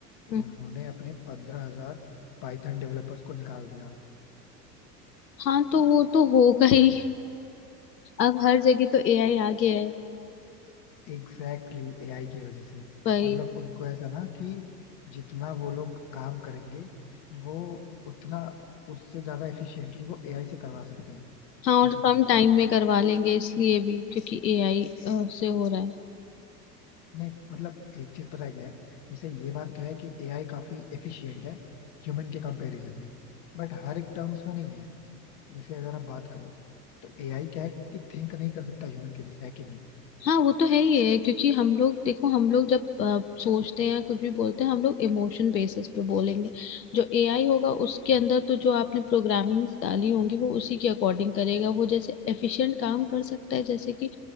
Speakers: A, on the left; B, on the left.
A: हम्म,
B: उन्होंने अपने पंद्रह हजार पाइथन डेवलपर्स को निकाल दिया
A: हाँ तो वो तो होगा ही अब हर जगह तो एआई आ गया है
B: एग्जैक्टली एआई की वजह से मतलब
A: भाई
B: उनको ऐसा ना कि जितना वो लोग काम करेंगे वो उतना उससे ज्यादा एफिशिएंटली वो एआई से करवा सकते हैं
A: हाँ और
B: इस वजह
A: कम टाइम
B: से
A: में करवा लेंगे इसलिए भी क्योंकि एआई से हो रहा है
B: नहीं मतलब एक चीज पता है क्या है जैसे ये बात तो है कि एआई काफी एफिशिएंट है ह्यूमन के कंपैरिजन में बट हर एक टर्म्स में नहीं है जैसे अगर आप बात करो तो एआई क्या है कि थिंक नहीं कर सकता ह्यूमन के जैसे है कि नहीं
A: हाँ वो तो है ही है क्योंकि हम लोग देखो हम लोग जब अ, सोचते हैं कुछ भी बोलते हैं हम लोग इमोशन बेसिस पे बोलेंगे जो एआई होगा उसके अंदर तो जो आपने प्रोग्रामिंग डाली होंगी वो उसी के अकॉर्डिंग करेगा वो जैसे एफिशिएंट काम कर सकता है जैसे कि